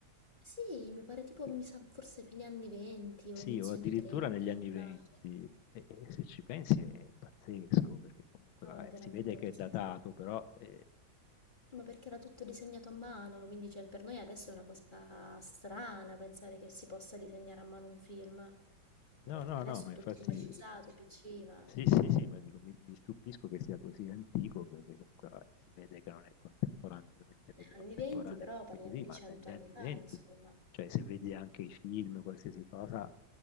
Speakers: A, on the left; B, on the left.
A: Sì, mi pare tipo,
B: che-
A: mi sa, forse fine anni 20
B: sì,
A: o inizio
B: o addirittura
A: anni 30,
B: negli anni
A: mi
B: 20,
A: pare.
B: e, e se ci pensi è pazzesco, perché comunque
A: No,
B: vabbè,
A: è veramente
B: si vede che
A: pazzesco.
B: è datato, però... eh,
A: Ma perché era tutto disegnato a mano, quindi cioè, per noi adesso è una cosa strana pensare che si possa disegnare a mano un film. Cioè,
B: No,
A: perché
B: no,
A: adesso
B: no, ma
A: è
B: infatti
A: tutto automatizzato, PC, ma
B: sì, sì, sì, ma dico, mi, mi stupisco che sia così antico perché comunque vabbè, si vede che non è contemporaneo, ovviamente quelli contemporanei
A: anni 20 però
B: sono
A: parliamo
B: più così,
A: di
B: ma
A: 100
B: negli
A: anni
B: anni
A: fa,
B: venti,
A: insomma.
B: cioè se vedi anche i film, qualsiasi cosa,